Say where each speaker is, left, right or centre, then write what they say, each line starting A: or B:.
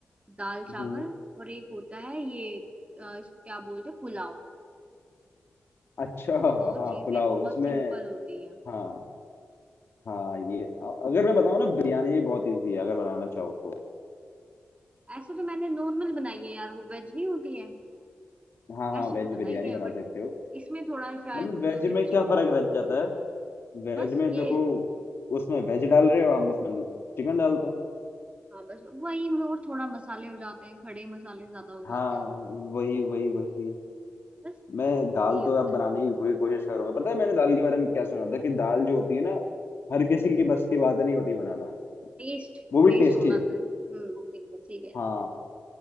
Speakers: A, on the right; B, on the left.
A: दाल चावल
B: हम्म
A: और एक होता है ये अ, इसको क्या बोलते हैं पुलाव
B: अच्छा
A: ये
B: हाँ
A: दो
B: हाँ,
A: चीजें
B: पुलाव
A: बहुत
B: उसमें
A: सिंपल होती हैं
B: हाँ हाँ ये अ- अगर मैं बताऊँ ना बिरयानी बहुत इजी है अगर बनाना चाहो तो
A: ऐसे तो मैंने नॉर्मल बनाई है यार वो वेज नहीं होती है
B: हाँ हाँ
A: वैसे
B: वेज
A: तो बनाई
B: बिरयानी
A: है
B: बना
A: बट
B: सकते हो
A: इसमें थोड़ा शायद
B: मतलब वेज
A: अगर
B: में
A: चिकन
B: क्या फर्क रह जाता है वेज
A: बस
B: में
A: ये
B: देखो उसमें वेज डाल रहे हो हम उसमें चिकन डालते हैं
A: हाँ बस वही मतलब और थोड़ा मसाले हो जाते हैं खड़े मसाले ज्यादा हो जाते
B: हाँ
A: हैं
B: वही वही वही
A: बस
B: मैं दाल
A: यही
B: तो
A: होता
B: अब बनाने
A: है
B: की पूरी कोशिश करूंगा पता है मैंने दाल के बारे में क्या सुना था कि दाल जो होती है ना हर किसी की बस की बात नहीं होती बनाना
A: टेस्ट
B: वो भी
A: टेस्ट
B: टेस्टी
A: होना था हम्म बिल्कुल सही कह
B: हाँ
A: रहे हो